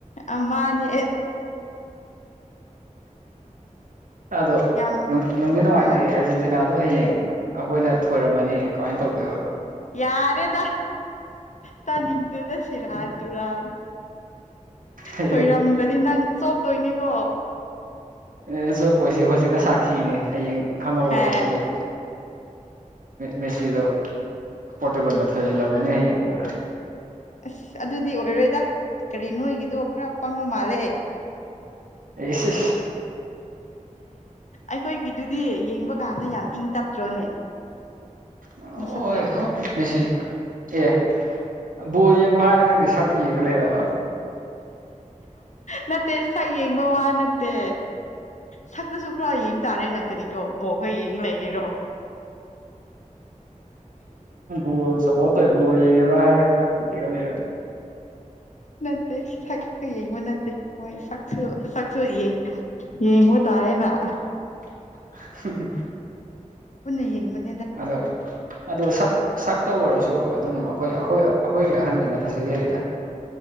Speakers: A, on the left; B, on the right.
A: ꯑ ꯃꯥꯅꯦ
B: ꯑꯣ <unintelligible>
A: ꯌꯥꯝ ꯍꯥ
B: ꯑꯔꯖꯦꯟꯇꯤꯅꯥ ꯑꯗꯣ ꯍꯌꯦꯡ ꯑꯩꯈꯣꯏꯅ ꯊꯣꯏꯔꯝꯃꯅꯤ ꯀꯃꯥꯏꯅ ꯇꯧꯗꯣꯏꯕ
A: ꯌꯥꯔꯦꯗꯥ ꯇꯅꯤꯡ ꯑꯗꯨꯗ ꯁꯤꯔꯥ ꯇꯨꯔꯥꯟ
B: ꯍꯌꯦꯡ
A: ꯊꯣꯏꯔꯝꯕꯗꯤ ꯅꯪ ꯁꯣ ꯇꯣꯏꯅꯦꯀꯣ
B: ꯑꯦꯆꯣꯄꯣꯏꯁꯤ ꯍꯧꯖꯤꯛꯅ ꯁꯥꯈꯤꯅꯦ ꯍꯌꯦꯡ ꯈꯪꯍꯧꯕꯣ
A: ꯍꯥꯏ
B: ꯍꯧꯖꯤꯛ ꯃꯦꯁꯤꯗꯣ ꯄꯣꯣꯔꯇꯨꯒꯜ ꯅ ꯊꯖꯤꯂꯕꯅꯤ ꯍꯌꯦ ꯌꯦꯡ ꯀꯅ
A: ꯑꯁ ꯑꯗꯨꯗꯤ ꯑꯣꯏꯔꯣꯏꯗ ꯀꯔꯤ ꯅꯣꯏꯒꯤꯗꯣ ꯈꯔ ꯄꯪꯕ ꯃꯥꯜꯂꯦꯦ
B: ꯒꯤ
A: ꯑꯩꯈꯣꯏꯒꯤꯗꯨꯗꯤ ꯌꯦꯡꯕ ꯀꯥꯟꯗ ꯌꯥꯝ ꯏꯪ ꯇꯞꯇ꯭ꯔꯣꯅꯦ
B: ꯑꯣ
A: ꯃꯁꯛꯇꯣ
B: ꯁꯤ ꯑꯦ ꯕꯣꯜ ꯌꯦꯡꯉꯣ ꯍꯥꯏꯔꯒ ꯅꯪꯗꯤ ꯁꯛ ꯌꯦꯒ ꯂꯩꯔꯕ
A: ꯅꯠꯇꯦ ꯁꯛ ꯌꯦꯡꯕ ꯋꯥ ꯅꯠꯇꯦ ꯁꯛꯇꯁꯨ ꯈꯔ ꯌꯦꯡ ꯇꯥꯔꯦ ꯅꯪ ꯀꯔꯤꯗꯣ ꯕꯣꯛꯒ ꯌꯦꯡ ꯂꯩꯔꯤꯔꯣ
B: ꯎꯣꯜ ꯁꯄꯣ ꯣꯜ ꯍꯥꯏ ꯁꯒ ꯂꯩ ꯌꯥ
A: ꯅꯠꯇꯦ ꯁꯛꯀ ꯌꯦꯡꯕ ꯅꯠꯇꯦ ꯃꯣꯏ ꯁꯛꯁꯨ ꯁꯛꯁꯨ ꯌꯦꯡꯕ ꯇꯥꯔꯦ ꯃ
B: <unintelligible>
A: ꯅ
B: ꯑꯗ ꯑꯗ ꯁ ꯁ ꯈꯛꯇ ꯑꯣꯏꯔꯁꯨ ꯑꯗꯨꯝ ꯑꯩꯈꯣꯏꯈꯣꯏ ꯑꯩꯈꯣꯏꯒꯤ ꯑꯍꯟꯗꯨꯅ ꯐꯖꯍꯦꯜꯂꯤꯗ